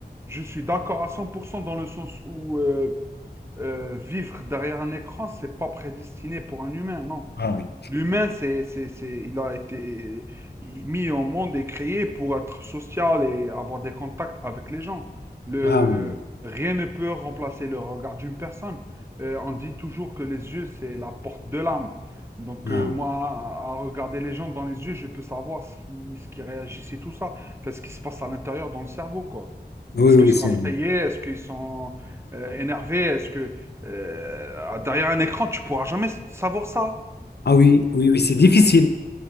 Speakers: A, on the right; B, on the left.
A: je suis d'accord à 100% dans le sens où euh, euh, vivre derrière un écran, c'est pas prédestiné pour un humain, non.
B: Ah oui.
A: L'humain, c'est, c'est, c'est, il a été mis au monde et créé pour être social et avoir des contacts avec les gens. Le,
B: Ah oui,
A: rien ne peut remplacer le regard d'une personne. Euh, on dit toujours que les yeux, c'est la porte de l'âme. Donc,
B: ah
A: euh, moi, à à regarder les gens dans les yeux, je peux savoir si, ce qui réagissent et tout ça. Enfin, ce qui se passe à l'intérieur dans le cerveau, quoi.
B: oui,
A: Est-ce
B: oui,
A: qu'ils
B: oui,
A: sont
B: c'est,
A: effrayés? Est-ce qu'ils sont euh, énervé, est-ce que euh, derrière un écran, tu pourras jamais s- savoir ça?
B: ah oui, oui, oui, c'est difficile.